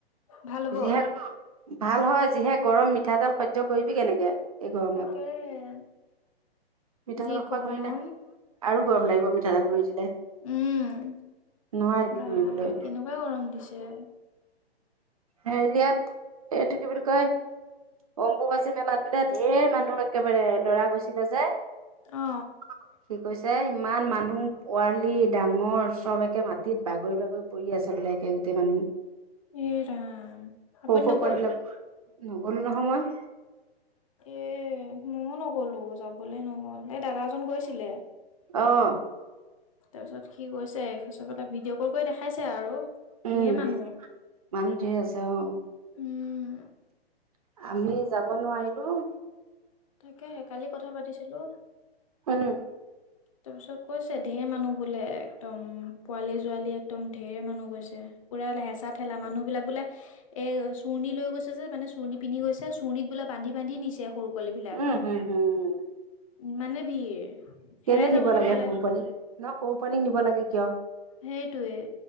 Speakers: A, on the left; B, on the right.
A: ভাল হ'ব
B: যিহে ভাল হয় যিহে গৰম মিঠাতেল সহ্য কৰিবি কেনেকে, এই গৰমত
A: তাকে হে
B: মিঠাতেল
A: যি
B: এসোপা
A: গৰম
B: ঘঁহি দে আৰু গৰম লাগিব মিঠাতেল ঘঁহি দিলে
A: উম
B: নোৱাৰিবি
A: বা
B: ঘঁহিবলৈ
A: কেনেকোৱা গৰম দিছে
B: হেৰি ইয়াত এইটো কি বুলি কয় অম্বুবাচী মেলাত বোলে ধেই মানুহ একেবাৰে লৰা গৈছে যে
A: অ
B: কি কৈছে যে ইমান মানুহ পোৱালি ডাঙৰ চব একে মাতি মাতিত বাগৰি বাগৰি পৰি আছে বোলে একে গোটেই মানুহ।
A: এ ৰাম আপুনি
B: সৰু সৰু
A: নগ'ল
B: পোৱালিবিলাকো নগলো নহয় মই,
A: এ মইও নগলো যাবলৈ নহ'ল এই দাদা এজন গৈছিলে।
B: অ
A: তাৰ পিছত কি কৈছে চবেটা ভিডিঅ' কল কৰি দেখাইছে আৰু
B: উম
A: ঢেৰ মানুহ
B: মানুহ ঢেৰ আছে অ
A: উম
B: আমি যাব নোৱাৰিলোঁ।
A: তাকেহে কালি কথা পাতিছিলো
B: উম
A: তাৰপিছত কৈছে ঢেৰ মানুহ বোলে একদম পোৱালি ছোৱালি একদম ঢেৰ মানুহ গৈছে। পুৰা বোলে হেঁচা ঠেলা মানুহ বিলাক বোলে এ চুৰৰ্ণি লৈ গৈছে যে মানে চুৰ্ণি পিন্ধি গৈছে চুৰৰ্ণিত বোলে বান্ধি বান্ধি নিছে সৰু পোৱালী বিলাক
B: উম হম হম
A: ইমানে ভিৰ হেৰাই
B: কেলে
A: যাব
B: নিব
A: নহ'লে
B: লাগে সৰু পোৱালি ন সৰু পোৱালিক নিব লাগে কিয়?
A: সেইটোৱে